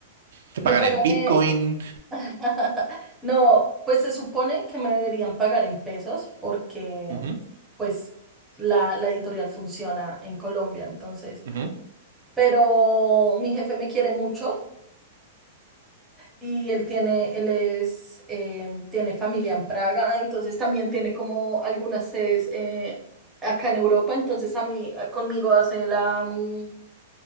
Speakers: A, on the right; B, in the centre.
A: ¿Te
B: me
A: pagan
B: pagan.
A: en Bitcoin?
B: eh, <laughs> No, pues se supone que me deberían pagar en pesos porque
A: Ujú,
B: pues la, la editorial funciona en Colombia, entonces,
A: ujú.
B: pero mi jefe me quiere mucho y él tiene, él es, eh, tiene familia en Praga, entonces también tiene como algunas sedes eh, acá en Europa, entonces a mí, a- conmigo hace la, mm,